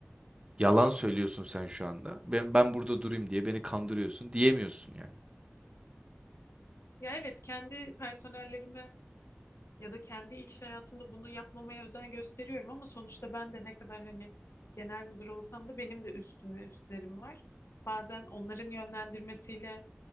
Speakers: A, on the right; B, on the left.
A: Yalan söylüyorsun sen şu anda. Ben, ben burada durayım diye beni kandırıyorsun diyemiyorsun yani.
B: Ya evet kendi personellerime ya da kendi iş hayatımda bunu yapmamaya özen gösteriyorum ama sonuçta ben de ne kadar hani genel müdür olsam da benim de üstüm ve üstlerim var. Bazen onların yönlendirmesiyle